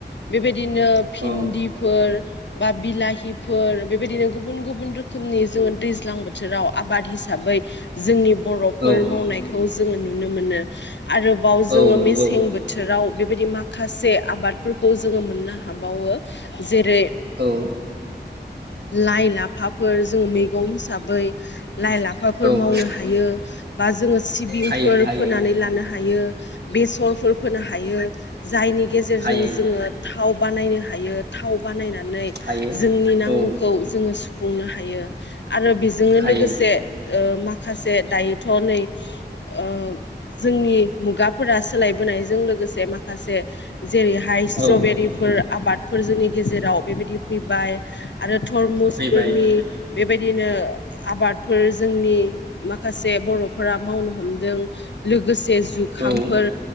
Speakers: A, on the left; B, on the right.
A: बिबायदि दिनो भिन्दिफोर
B: औ
A: बा बिलाहिफोर बेबायदिनो गुबुन गुबुन रोखोमनि जोङो दैज ज्लां बोथोराव आबाद हिसाबै जोंनि बरफोर
B: औ
A: मावनायखौ जोङो नु नुनो मोनो आरोबाव
B: औ
A: जोङो
B: नंगौ
A: मेसें बोथोराव बेबायदि माखासे आबादफोरखौ जोङो मोननो हाबावो जेरै
B: औ
A: लाइ-लाफाफोर जोङो मैगं हिसाबै लाइ लाफाफोर
B: औ
A: मावनो हायो। बा जोङो सिबिंफोर
B: हायो हायो
A: फोनानै लानो हायो। बेसरफोर फोनो हायो जायनि गेजेरजों
B: हायो
A: जोङो थाव बानायनो हायो थाव बानायना नै
B: हायो
A: जोंनि नांगौखौ
B: औ
A: जोङो सुफ बुंनो हायो आरो बेजोंनो
B: हायो
A: लोगोसे ओ माख खासे दायोथ नै ओ जोंनि मुगाफोरा सोलायबोनायजों लोगोसे माखासे जेरैहाय स्ट्रबेरिफोर
B: औ
A: आबाद फोर जोंनि गेजेराव बेबायदि फैबाय आरो टरमुसफोरनि
B: फैबाय
A: बेफ बेबायदिनो आबादफोर जोंनि माखासे बर'फोरा मावनो हमदों लोगोसे - जुखामफोर
B: औ